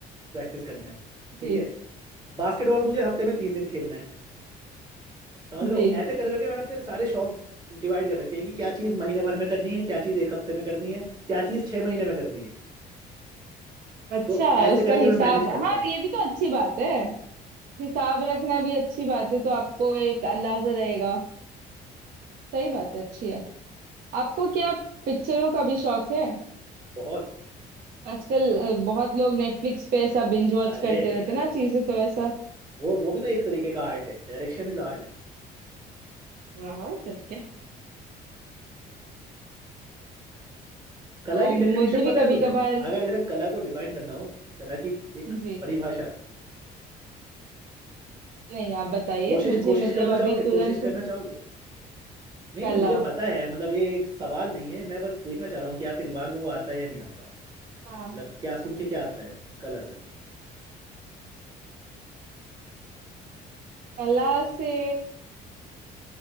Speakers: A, on the right; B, on the right.
A: प्रैक्टिस करना है ठीक
B: जी
A: है बास्केटबॉल मुझे हफ्ते में तीन दिन खेलना है समझ
B: जी
A: रहे हो ऐसे कर करके मैंने अपने सारे शौक डिवाइड कर रखे हैं कि क्या चीज महीने भर में करनी है क्या चीज एक हफ्ते में करनी है क्या चीज छह महीने में करनी है
B: अच्छा
A: तो ऐसे
B: उसका
A: करके
B: हिसाब
A: मैं मैनेज करता
B: हाँ
A: हूँ
B: ये भी तो अच्छी बात है हिसाब रखना भी अच्छी बात है तो आपको एक अंदाजा रहेगा सही बात है अच्छी है आपको क्या पिक्चरों का भी शौक है
A: बहुत
B: आजकल अ, बहुत लोग नेटफ्लिक्स पे ऐसा बिंज वॉच
A: अरे
B: करते रहते
A: यार
B: हैं ना चीजें तो वैसा
A: वो वो भी तो एक तरीके का आर्ट है डायरेक्शन इज आर्ट।
B: हाँ हाँ तब क्या
A: कला
B: और
A: की डेफिनेशन
B: मुझे भी
A: पता
B: कभी
A: है तुम्हें
B: कभार
A: अगर जैसे कला को डिफाइन करना हो कला की एक
B: जी
A: परिभाषा
B: नहीं आप बताइए
A: कोशिश
B: मुझे
A: कोशिश
B: मतलब
A: करना चाहोगे
B: अभी तुरंत
A: कोशिश करना चाहोगे नहीं
B: कला
A: नहीं मुझे पता है मतलब ये एक सवाल नहीं है मैं बस देखना चाह रहा हूँ कि आपके दिमाग में वो आता है या नहीं आता
B: हाँ
A: मतलब क्या सुन के क्या आता है कला से
B: कला से